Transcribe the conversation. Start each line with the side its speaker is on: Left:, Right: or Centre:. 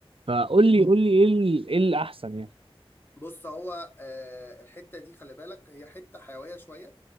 Right: فقول لي قول لي ايه ال- ايه الاحسن يعني
Left: بص هو آه، الحتة دي خلي بالك هي حتة حيوية شوية